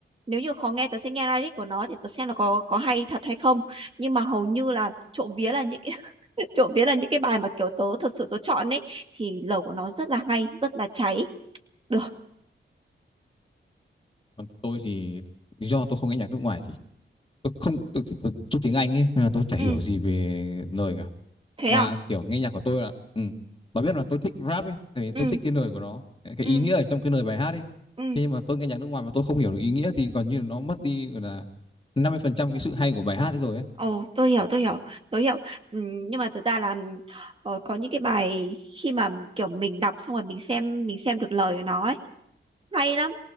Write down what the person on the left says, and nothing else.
còn tôi thì lý do tôi không nghe nhạc nước ngoài thì tôi không tôi, tôi, tôi, tôi tôi tiếng Anh ấy nên là tôi chả hiểu
gì về lời cả
mà
kiểu nghe nhạc của tôi là ừ. bà biết là tôi thích rap ấy tại vì tôi
thích cái lời của nó cái
ý nghĩa ở trong cái lời bài hát ấy
thế nhưng mà tôi nghe nhạc nước ngoài mà tôi không hiểu được ý nghĩa thì gần như là nó mất đi gọi là năm mươi phần trăm cái sự hay của bài hát ấy rồi ấy